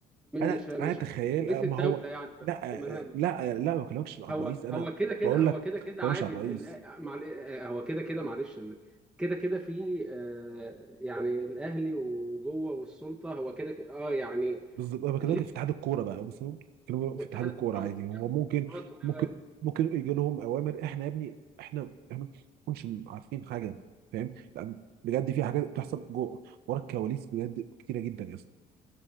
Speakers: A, on the right; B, in the centre.
A: انا
B: مش مش
A: انا تخيل
B: مش رئيس
A: ما
B: الدوله
A: هو
B: يعني
A: لا
B: ما- مالها
A: لا لا ما بكلمكش عن
B: هو
A: الرئيس انا
B: هو كده كده
A: بقول
B: هو
A: لك ما
B: كده كده
A: بكلمكش
B: عادي
A: عن الرئيس
B: ال- ال- مع ال- هو كده كده معلش ال- كده كده في آه، يعني الاهلي وجوه والسلطه هو كده كده اه يعني
A: بالظبط انا بكلمك
B: ليه
A: في اتحاد الكوره بقى بس هو بكلمك
B: والاتحاد
A: في اتحاد الكوره عادي هو ممكن
B: والقرارات
A: ممكن ممكن يجي لهم اوامر احنا يا ابني احنا احنا ما نكونش عارفين حاجه فاهم لا بجد في حاجات بتحصل جوه ورا الكواليس بجد كتيره جدا يا اسطى